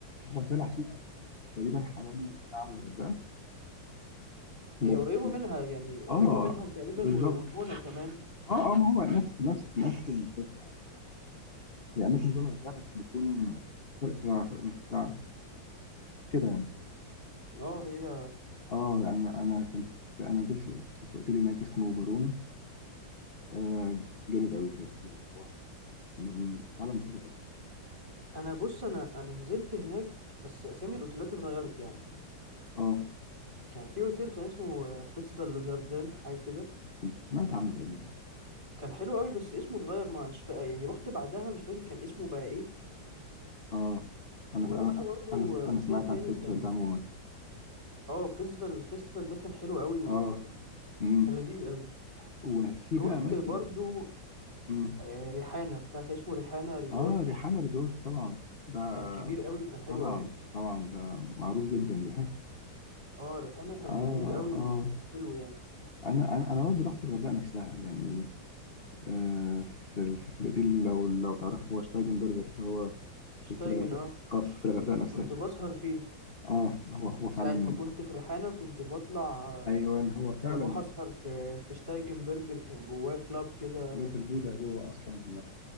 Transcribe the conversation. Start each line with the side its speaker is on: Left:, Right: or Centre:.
Left: هو سهل حشيش تقريبا حوالي ساعة من الغردقة بس
Right: هي قريبه
Left: فيها
Right: منها يعني قريبه
Left: اه
Right: منها وتقريبا
Left: بالظبط
Right: و- والجونه كمان
Left: اه اه ما هو نفس نفس نفس الفكرة يعني هي أماكن زي الغردقة بس بتكون فرق ساعة فرق نص ساعة كده يعني
Right: اه هي
Left: اه أنا أنا كنت في أنا نزلت في, في أوتيل هناك اسمه بارون آه جامد قوي بجد يعني هو م- فعلا ما فيهوش غلط
Right: انا بص انا انا نزلت هناك بس اسامي الاوتيلات اتغيرت يعني
Left: اه
Right: كان في اوتيل كان اسمه آه، فيستيفال لو جاردن حاجه كده
Left: كنت سمعت عنه تقريبا
Right: كان حلو قوي بس اسمه اتغير مش فا... يعني رحت بعدها مش فاكر كان اسمه بقى ايه
Left: اه أنا
Right: ورحت
Left: أنا
Right: برضو
Left: أنا
Right: آه، اوتيل
Left: أنا سمعت
Right: تاني
Left: عن الفيستيفال
Right: كان
Left: ده عموما
Right: اه فيستيفال الفيستيفال ده كان حلو قوي وكان
Left: اه امم
Right: لذيذ قوي
Left: وفي
Right: رحت
Left: بقى أماكن
Right: برضو
Left: امم
Right: آه، ريحانه بتاع كان اسمه ريحانه ريزورت
Left: اه ريحانة ريزورت طبعا ده
Right: كان كبير قوي وكان حلو
Left: طبعا
Right: قوي
Left: طبعا ده معروف جدا ده
Right: اه ريحانه كان
Left: اه
Right: جميل قوي وحلو
Left: اه
Right: يعني
Left: انا انا أنا برضه رحت الغردقه نفسها يعني آه في ال- في الاوتيل لو لو تعرفه هو شتايجن برجر اللي هو
Right: شتايجن
Left: في في الغردقه
Right: اه
Left: اه في الغردقه نفسها
Right: كنت بسهر فيه
Left: اه هو هو فعلا
Right: ساعة ما كنت في ريحانة كنت بطلع آه،
Left: ايوه هو فعلا
Right: بروح أسهر في في شتايجن برجر كان جواه كلاب كده
Left: ليتل بودا جوه اصلا